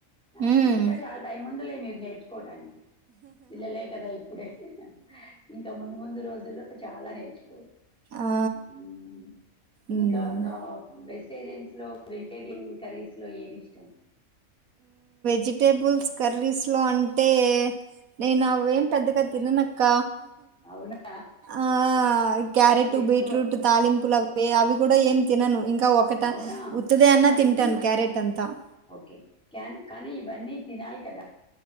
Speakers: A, in the centre; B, on the right.
A: అవును,
B: ఉమ్
A: ఇంకా చాలా టైం. ముందులే, మీరు నేర్చుకోవడానికి. పిల్లలే కదా ఇప్పుడే, ఇంకా ముందు ముందు రోజుల్లో. చాలా నేర్చు.
B: ఆ
A: ఉమ్
B: ఉమ్
A: ఇంకా. దా, వెజిరియన్స్. లో, వెటేరియన్ కర్రీస్ లో, ఎం ఇష్టం.
B: చికెన్ పుల్స్ కర్రీస్లో అంటే, నేను అవేం పెద్దగా, తిననక్క.
A: అవునా
B: ఆ క్యారెట్,
A: ఎక్కువ
B: బీట్రూట్, తాలింపులు అవి అవి
A: ఆ,
B: కూడా
A: అవును
B: ఏం తినను, ఇంకా ఒకట
A: అవునా
B: ఉత్తిదే అన్న.
A: కానీ
B: తింటాను, క్యారెట్ అంతా. త.
A: ఓకే, క్యాన్ కానీ. ఇవన్నీ తినాలి కదా,